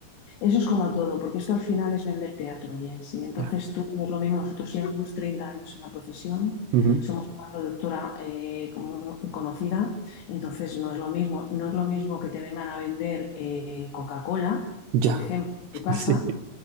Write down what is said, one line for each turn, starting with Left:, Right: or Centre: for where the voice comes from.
Left: Eso es como todo, porque esto al final es vender teatro, Jensi. Entonces
Right: Ya.
Left: tú, no es lo mismo, nosotros llevamos 30 años en la profesión,
Right: Ujú.
Left: somos una productora eh, como- conocida, entonces no es lo mismo, no es lo mismo que te vengan a vender eh, Coca-Cola,
Right: Ya.
Left: por ejemplo, en tu casa,
Right: <laughs> Sí.